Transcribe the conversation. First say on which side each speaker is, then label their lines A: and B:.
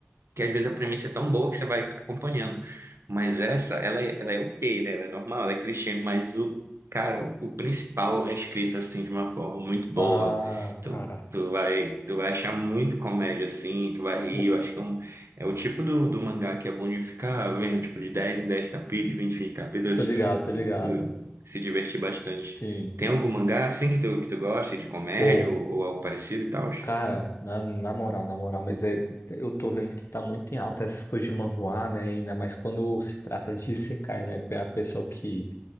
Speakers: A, on the right; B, on the left.
A: que às vezes a premissa é tão boa que você vai acompanhando. Mas essa, ela é, ela é ok, né? Ela é normal, ela é clichê, mas o, cara, o, o principal é escrito assim de uma forma muito boa.
B: ah, cara.
A: Tu, tu vai, tu vai achar muito comédia assim, tu vai rir.
B: Pô,
A: Eu acho que é, um, é o tipo do, do mangá que é bom de ficar vendo, tipo, de 10 em 10 capítulos, 20 em 20 capítulos,
B: tô ligado, tô
A: tu,
B: ligado.
A: tu se divertir bastante.
B: Sim.
A: Tem algum mangá assim que tu, que tu gosta de comédia
B: Pô,
A: ou, ou algo parecido e tal?
B: cara, na, na moral, na moral, mas é, eu tô vendo que tá muito em alta essas coisas de manhwa, né? Ainda mais quando se trata de isekai, né? A pessoa que,